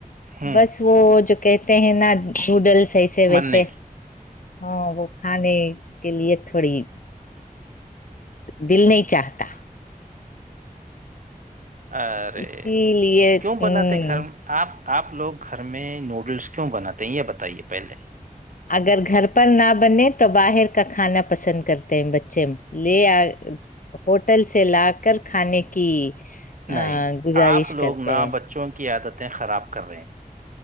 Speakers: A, on the right; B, on the left.
A: ہوں
B: بس وہ ج کہتے ہیں نا نوڈلس ایسے ویسے
A: من نہیں کیا
B: ہاں وہ کھانے کے لیے تھوڑی دل نہیں چاہتا
A: ارے
B: اسی لیے
A: کیوں
B: ہ
A: بناتے گھر آپ آپ لوگ گھر میں نوڈلس کیوں بناتے ہیں یہ بتائیے پہلے
B: اگر گھر پر نہ بنے تو باہر کا کھانا پسند کرتے ہیں بچے لے آ ہوٹل سے لا کر کھانے کی آ،
A: نہیں
B: گزارش
A: آپ لوگ
B: کرتے
A: نہ
B: ہیں
A: بچوں کی عادتیں خراب کر رہے ہیں